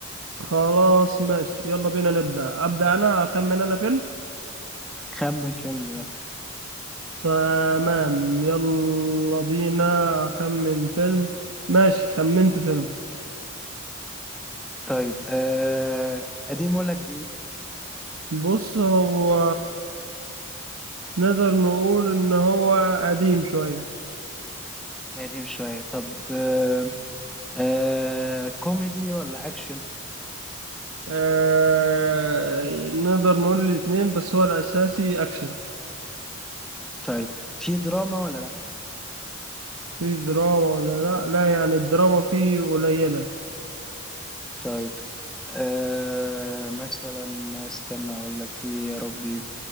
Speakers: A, on the right (about 85°); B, in the centre.
A: خلاص ماشي يلا بينا نبدأ أبدأ انا اخمن انا فيلم
B: خمن فيلم يلا
A: تمام يلا بينا اخمن فيلم ماشي خمنت فيلم
B: طيب آه قديم ولا جديد؟
A: بص هو نقدر نقول ان هو قديم شوية
B: قديم شوية طب آه آه كوميدي ولا أكشن؟
A: آه... نقدر نقول الاتنين بس هو الاساسي اكشن
B: طيب في دراما ولا لأ؟
A: في دراما ولا لا لا يعني الدراما فيه قليلة
B: طيب آه مثلا استنى أقول لك إيه يا ربي